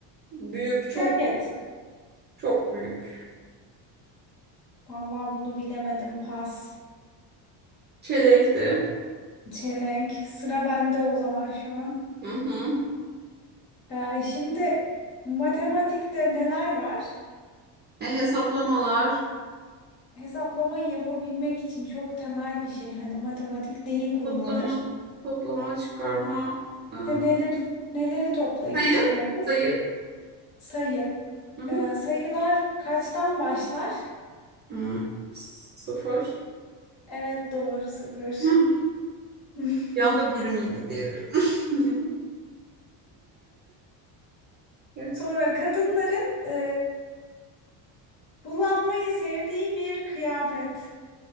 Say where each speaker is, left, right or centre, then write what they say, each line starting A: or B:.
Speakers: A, on the right (about 25°); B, on the left (about 50°).
A: Büyük, çok
B: Plaket.
A: büyük, çok büyük.
B: Vallahi bunu bilemedim. Pas.
A: Çelenkti.
B: Çelenk. Sıra bende o zaman şu an.
A: Hı hı.
B: Ee, şimdi matematikte neler var?
A: E, hesaplamalar.
B: Hesaplamayı yapabilmek için çok temel bir şey. Hani matematik neyi kullanır?
A: Toplama, toplama, çıkarma. e,
B: İşte neleri neleri toplayıp
A: sayı,
B: çıkarırız?
A: sayı.
B: Sayı.
A: Hı hı.
B: Ee, sayılar kaçtan başlar?
A: Hı, sıfır.
B: Evet doğru sıfır.
A: <laughs> Hı.
B: <laughs>
A: Yanda bir miydi diye düşünüyorum. <laughs>
B: Sonra kadınların e, kullanmayı sevdiği bir kıyafet.